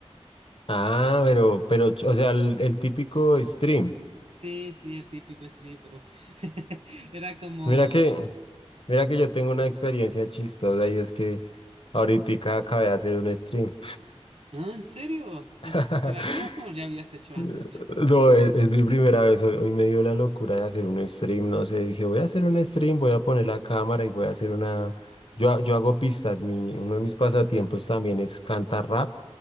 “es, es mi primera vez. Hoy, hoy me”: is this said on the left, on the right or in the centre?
Left